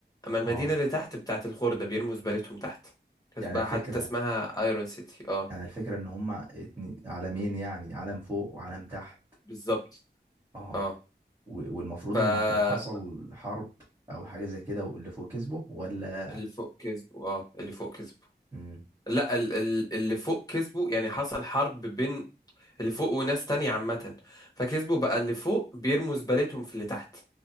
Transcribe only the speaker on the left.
اما المدينة
اللي تحت بتاعت الخردة بيرموا زبالتهم تحت كسبها
حتى اسمها ايرون سيتي اه
بالظبط
اه
ف
اللي فوق كسبوا اه اللي فوق كسبوا
لا ال- ال- اللي فوق كسبوا يعني حصل حرب بين اللي فوق وناس تانية عامة فكسبوا بقى اللي فوق بيرموا زبالتهم في اللي تحت